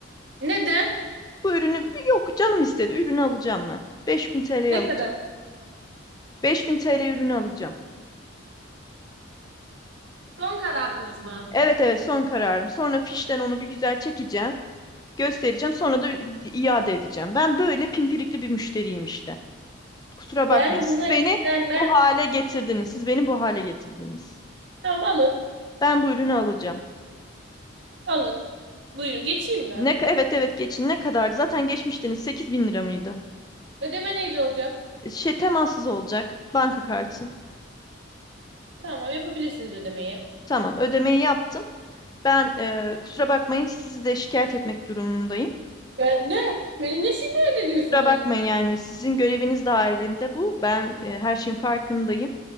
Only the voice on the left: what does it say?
Bu ürünü yok canım istedi. Ürünü alacağım ben. 5000 TL'ye
alacağım.
5000 TL ürünü alacağım.
Evet evet son kararım. Sonra fişten onu bir güzel çekeceğim. Göstereceğim sonra da iade edeceğim. Ben böyle pimpirikli bir müşteriyim işte. Kusura bakmayın.
Siz
beni
bu hale getirdiniz. Siz beni bu hale getirdiniz.
Ben bu ürünü alacağım.
Ne, ka- evet evet geçin ne kadardı? Zaten geçmiştiniz 8 bin lira mıydı?
E, Şey temassız olacak. Banka kartı.
Tamam ödemeyi yaptım. Ben e, kusura bakmayın sizi de şikayet etmek durumundayım.
Kusura bakmayın yani sizin göreviniz dahilinde bu. Ben e, her şeyin farkındayım.